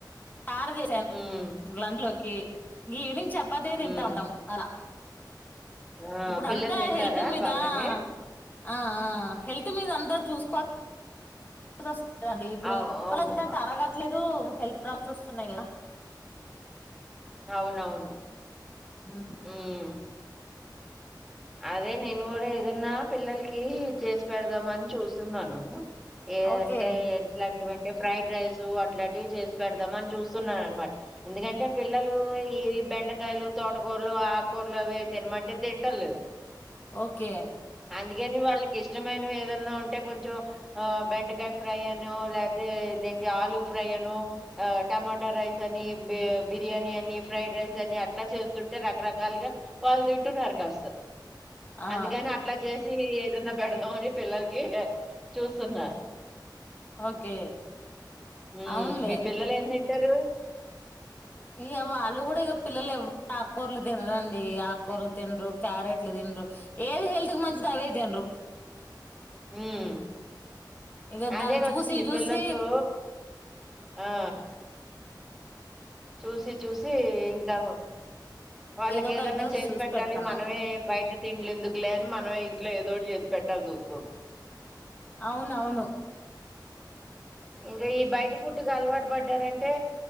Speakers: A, on the left; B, in the centre.
A: చారు చేసాను
B: ఉమ్
A: గంట్లోకి ఈనింగ్ చపాతే తింటా
B: ఉమ్
A: ఉంటాం. అలా
B: ఆ
A: ఇప్పుడు
B: పిల్లలు
A: అంతా
B: తింటారా
A: హెల్త్ మీద
B: బాగానే
A: ఆ ఆ హెల్త్ మీద అంతా చూసుకోవ <unintelligible> లేదండి ఇప్పుడు
B: అవు అవును
A: వాళ్ళ ఏంటంట అరగట్లేదు <unintelligible> హెల్త్ ప్రాబ్లమ్స్ వస్తున్నాయి కదా
B: అవునవును
A: ఆ
B: ఉమ్ అదే నేను కూడా ఏదన్నా పిల్లలకి చేసి పెడదామ అని చూస్తున్నాను ఏ
A: ఓకే
B: అంటే ఇట్లాంటివ ఫ్రైడ్ రైస్ అలాంటివి చేసి పెడదాం అని చూస్తున్నాను అనమాట, ఎందుకంటే పిల్లలు ఏవి బెండకాయలు తోటకూరలు ఆకుకూరలు అవి తినమంటే తింటంలేదు.
A: ఓకే
B: అందుకని వాళ్ళకి ఇష్టమైనవి ఏదన్నా ఉంటే కొంచెం ఆ బెండకాయ ఫ్రై అనో లేకపోతే, ఇదేంటి ఆలుూ ఫ్రై అనో, ఆ టమాటా రైస్ అని, బిర్యాని అని ఫ్రైడ్ రైస్ అని, అట్లా చేస్తుంటే రకరకాలుగా వాళ్ళు తింటున్నారు కాస్త.
A: ఆ
B: అందుకని అట్లా చేస్ చ్చి ఏదన్నా పెడదామ అని పిల్లలకి చూస్తున్నా
A: ఓకే
B: మ్
A: అవునులే
B: మీ పిల్లలు ఏంతింటారు
A: ఇక వాళ్ళు కూడా ఇక పిల్లలు ఎవ ఆకుకూరలు తినరుండి, ఆకూరలు తినరు క్యారెట్లు తినరు, ఏది హెల్త్ కి మంచిది అవే తినరు.
B: మ్
A: ఇక
B: అదేగా
A: దాన్ని చూసి
B: వచ్చింది
A: చూసి
B: పిల్లలతో ఆ చూసి చూసి ఇంకా వాళ్ళకి
A: ఏదో ఒక
B: ఏదన్నా
A: ఐటమ్స్
B: చేసి
A: చూసి
B: పెట్టాలి,
A: పెడుతున్నాం
B: మనమే బయట తిండ్లు ఎందుకు లే అని మనమే ఇంట్లో ఏదోటి చేసు పెట్టాల్సి వస్తుంది
A: అవునవును
B: ఇంకా ఈ బయట ఫుడ్కి అలవాటు పడ్డారంటే,